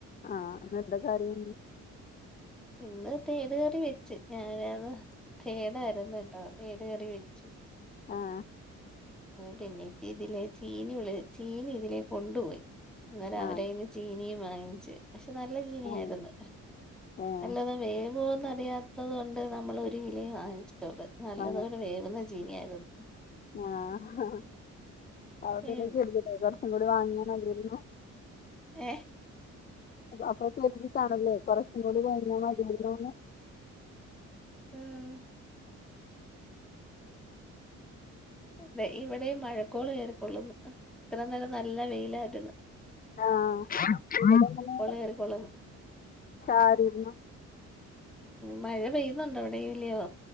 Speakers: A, on the left; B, in the centre.
A: ആഹ് ഇന്ന് എന്താ കറിം
B: ഇന്ന് തേട് കറി വെച്ച് ഞാനത് തേടാര്ന്ന് കെട്ടോ തേട്കറി വെച്ചു.
A: ആഹ്
B: പിന്നേച്ചി ഇതിലെ ചീനി വ്ള് ചീനി ഇതിലേ കൊണ്ട്പോയി അന്നേരം അവരെ
A: ആഹ്
B: കയ്യീന്ന് ചീനിയും വാങ്ങിച്ച് പക്ഷെ നല്ല ചീനിയാര്ന്ന്
A: ആഹ് ഏഹ്
B: നല്ലത് വേവ്വൊന്ന് അറിയാത്തത്കൊണ്ട് നമ്മള് ഒര് കിലെ വാങ്ങിച്ചിട്ടൊള് നല്ലതുപോലെ
A: ആഹ്
B: വേവ്ന്ന ചീനിയാര്ന്ന്
A: ആഹ് അഹ് അ പിന്നക്കെ
B: ഉം
A: ഇടിക്കണ്ടേ കൊറച്ചും കൂടി വാങ്ങിയാമതിയെരുന്നു
B: ഏഹ്
A: അപ്പൊ കരുതിട്ടാണല്ലേ കൊറച്ചും കൂടി വാങ്ങിയ മതിയാരുന്നൂന്ന്
B: ആഹ് വ്ടെ ഇവ്ടേം മഴക്കോള് കെറിക്കൊള്ള്ന്ന് ഇത്ര നേരം നല്ല വെയിലാര്ന്ന്
A: ആഹ് ഇവിടങ്ങനെ
B: കേറിക്കോളും
A: ചാറീര്ന്നു
B: മഴ പെയ്യുന്നൊണ്ടോ അവിടെയും ഇല്ലിയോ